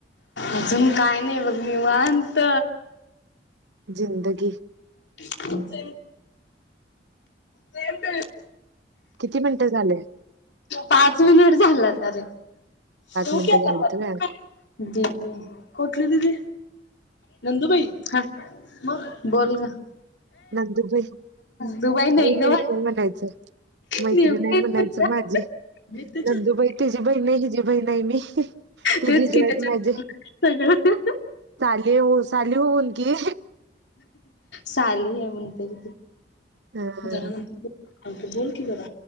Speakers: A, on the left (about 75°); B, on the right (about 75°).
A: अजून काय नाही बघ मी वानत
B: जिंदगी
A: सप सेप
B: किती मिनटं झाले
A: पाच मिनिट झाला अरे तता
B: मिनिटं झालेत होय.
A: ज ज कोठली तथी नंदुबाई ह म बोलग
B: नंदुबई
A: दुबई नाही
B: नुबई
A: ग
B: म्हणायचं मैत्री
A: नेमकी
B: नाही म्हणायचं
A: भेट
B: माझी
A: त्याच्या
B: नंदुबाई तिचीी बहीण नाही हिजी बही नाही मी ती
A: तेच
B: जिजवत
A: कि त्याच्या
B: माझे
A: सगळं
B: चाले हो चाले होन की
A: साली आहे म्हणते
B: हं
A: त बोल की जरा